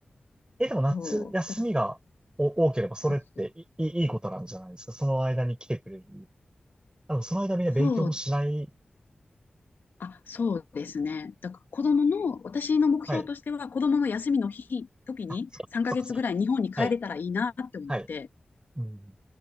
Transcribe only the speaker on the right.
え、でも夏休みがお多ければそれっていい、
いいことなんじゃないですか。その間に来てくれる。あ、でもその間みんな勉強もしない。
はい。
あ、そ、そっか、そっか。はい。はい。うん。